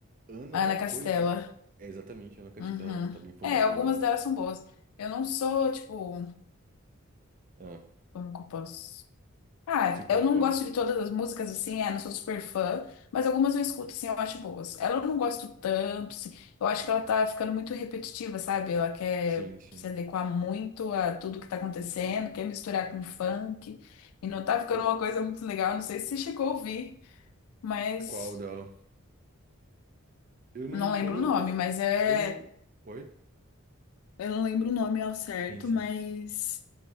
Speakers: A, on the right; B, on the left.
A: Ana
B: Ana
A: alguma coisa,
B: Castela.
A: né? É exatamente, Ana Castela.
B: Uhum.
A: Tá bem famosa
B: É, algumas
A: agora.
B: delas são boas. Eu não sou, tipo.
A: Ah,
B: Como que eu posso. Ah,
A: super
B: eu
A: fã.
B: não gosto de todas as músicas assim, é, não sou super fã, mas algumas eu escuto assim, eu acho boas. Ela eu não gosto tanto, assim, eu acho que ela tá ficando muito repetitiva, sabe? Ela quer
A: Sim, sim.
B: se adequar muito a tudo que tá acontecendo, quer misturar com funk, e não tá ficando
A: Eu-
B: uma coisa muito legal. Não sei se você chegou a ouvir, mas
A: qual dela? Eu não.
B: não lembro
A: Eu não.
B: o nome, mas é.
A: Eu não. Oi?
B: Eu não lembro o nome ao certo,
A: Sim, sim.
B: mas.